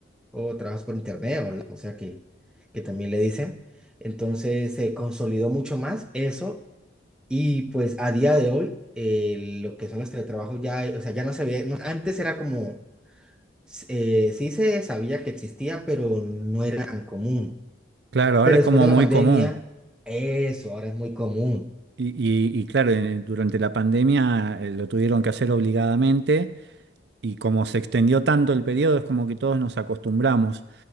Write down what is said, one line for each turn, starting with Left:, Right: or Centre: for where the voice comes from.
Centre: o trabajas por internet, o, o sea que, que también le dicen. Entonces se consolidó mucho más eso y pues a día de hoy eh, lo que son los teletrabajos ya, eh, o sea, ya no se ve, no- antes era como, s- eh, sí se sabía que existía, pero no era tan común.
Right: Claro, ahora
Centre: Pero
Right: es
Centre: después
Right: como
Centre: de la
Right: muy
Centre: pandemia,
Right: común.
Centre: eso ahora es muy común.
Right: Y, y- y claro, eh, durante la pandemia eh, lo tuvieron que hacer obligadamente y como se extendió tanto el periodo, es como que todos nos acostumbramos.